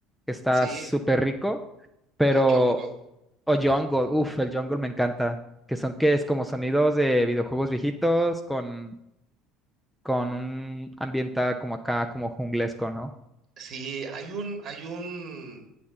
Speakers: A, in the centre; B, on the right.
A: que está
B: sí,
A: súper rico, pero
B: o jungle.
A: O Jungle, uff, el Jungle me encanta. Que son que es como sonidos de videojuegos viejitos con, con un ambiente como acá, como junglesco, ¿no?
B: Sí, hay un hay un